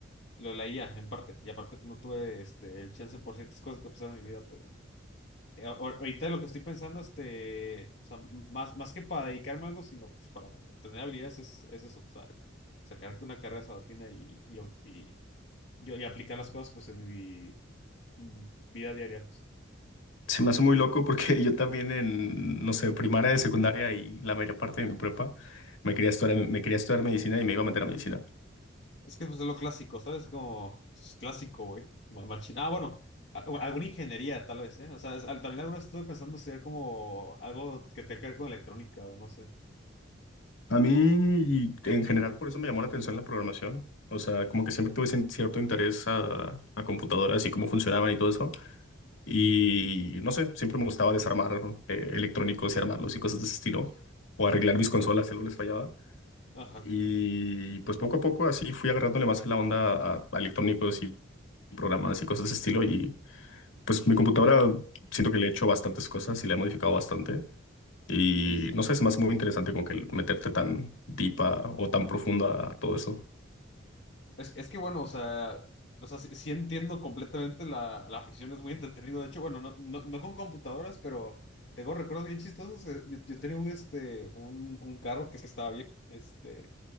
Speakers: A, on the left; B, on the left.
A: Lo de la IA, en parte, y aparte pues, no tuve este, el chance por ciertas cosas que pasaron en mi vida, pero... Eh, a- Ahorita lo que estoy pensando, este, o sea, más, más que para dedicarme a algo, sino pues para obtener habilidades, es, es eso, o sea, sacar una carrera sabatina y, y, y- yo- y aplicar las cosas pues en mi mm, vida diaria. pues.
B: Se me hace muy loco porque <laughs> yo también en, no sé, primaria, de secundaria y la mayor parte de mi prepa, me quería estudiar, me quería estudiar medicina y me iba a meter a medicina.
A: Es que pues es lo clásico, ¿sabes? Como es clásico, güey. Ma- machín. Ah, bueno, a- o alguna ingeniería tal vez, ¿eh? O sea, es- al- también alguna vez estuve pensando ser como algo que tenga que ver con electrónica o no sé.
B: A mí, y en general, por eso me llamó la atención la programación. O sea, como que siempre tuve cien- cierto interés a, a computadoras y cómo funcionaban y todo eso. Y no sé, siempre me gustaba desarmar eh, electrónicos y armarlos y cosas de ese estilo. O arreglar mis consolas si algo les fallaba.
A: Ajá.
B: Y pues poco a poco así fui agarrándole más la onda a, a electrónicos y programas y cosas de ese estilo. Y pues mi computadora siento que le he hecho bastantes cosas y la he modificado bastante. Y
A: sí, sí, sí.
B: no sé, se me hace muy interesante como que el meterte tan deep a- o tan profundo a todo eso.
A: Es, es que bueno, o sea, o sea, sí, sí entiendo completamente la, la afición, es muy entretenido. De hecho, bueno, no, no, no con computadoras, pero tengo recuerdos bien chistosos. Eh, Yo, yo tenía un, este, un, un carro que estaba bien, este,